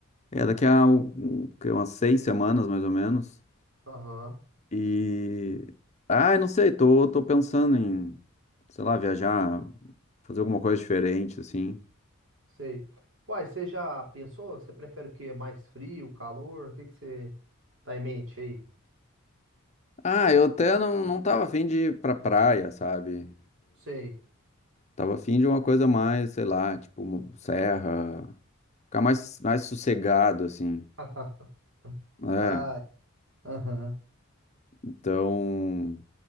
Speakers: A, on the left; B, on the right.
A: é daqui a um- que, umas seis semanas, mais ou menos.
B: Aham,
A: E, ah, eu não sei, tô, tô pensando em, sei lá, viajar, fazer alguma coisa diferente, assim.
B: sei. Uai, você já pensou? Você prefere o quê? Mais frio, calor? O que que você tá em mente aí?
A: Ah, eu até não, não tava afim de ir pra praia, sabe?
B: Sei.
A: Tava afim de uma coisa mais, sei lá, tipo, serra, ficar mais, mais sossegado, assim.
B: <laughs>
A: É,
B: Ai, aham.
A: então.